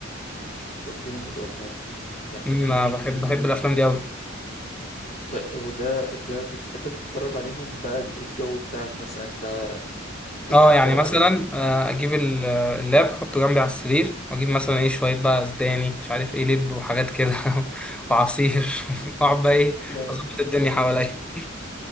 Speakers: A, on the left; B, in the centre.
A: طب جامد والله يعني
B: أمم،
A: في
B: آه، بحب
A: في
B: بحب الافلام دي قوي
A: طيب وده ده بتحب تتفرج عليهم بقى ال- ايه الجو بتاعك مثلا انت تحب
B: اه
A: تتفرج
B: يعني مثلا
A: عليهم
B: آه، اجيب ال- اللاب احطه جنبي على السرير واجيب مثلا ايه شويه بقى زبادي مش عارف ايه لب وحاجات كده <laughs> وعصير <laughs> واقعد بقى ايه
A: جامد
B: اظبط الدنيا حواليا